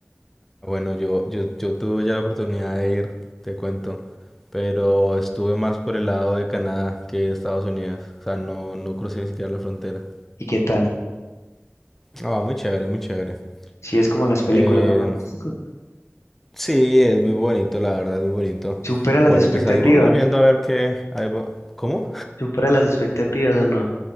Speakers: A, in the centre; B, on the left.
A: Bueno, yo, yo, yo tuve ya la oportunidad de ir, te cuento, pero estuve más por el lado de Canadá que de Estados Unidos. O sea, no, no crucé ni siquiera la frontera.
B: ¿Y qué tal?
A: Ah, muy chévere, muy chévere.
B: Si es como en las películas,
A: Eh,
B: ¿o no? <laughs>
A: sí, es muy bonito, la verdad, muy bonito.
B: ¿Supera las
A: Bueno,
B: expectativas?
A: pues ahí vamos viendo a ver qué... ahí va- ¿Cómo?
B: ¿Supera las expectativas o no?